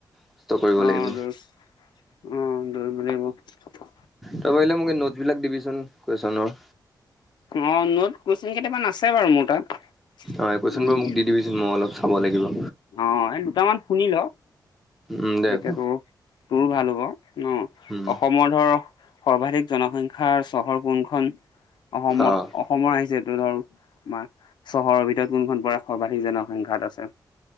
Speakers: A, in the centre; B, on the left (about 75°).
A: কষ্ট কৰিব
B: অ
A: লাগিব
B: দ অ দৌৰিব লাগিব।
A: তাৰপ আহে মোক এই নোটছ বিলাক দিবিচোন কোৱেশনৰ।
B: অ নোদ কোৱেচন কেইটামান আছে বাৰু মোৰ তাত।
A: অ কুৱেশচন
B: উম,
A: বোৰ মোক দি দিবিচোন মই অলপ চাব লাগিব।
B: অ দুটামান শুনি ল
A: উম দে
B: এতিয়াতোৰ
A: ক
B: তোৰ ভাল হ'ব। ন
A: উম
B: অসমৰ ধৰ সৰ্বাধিক জনসংখ্যাৰ চহৰ কোনখন। অসমৰ
A: অঁ
B: অসমৰ আহিছেটো ধৰ। আমাৰ চহৰৰ ভিতৰত কোনখন পৰে সৰ্বাধিক জনসংখ্যাত আছে।